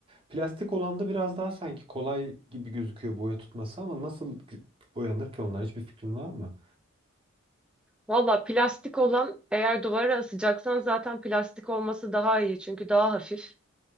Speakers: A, on the right; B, in the centre.
A: Plastik olan da biraz daha sanki kolay gibi gözüküyor boya tutması ama nasıl boyanır ki onlar? Hiçbir fikrin var mı?
B: Valla plastik olan eğer duvara asacaksan zaten plastik olması daha iyi çünkü daha hafif.